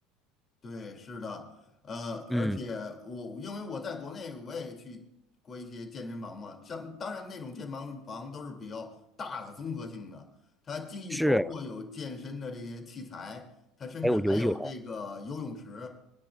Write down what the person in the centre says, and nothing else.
嗯。
是，
还有游泳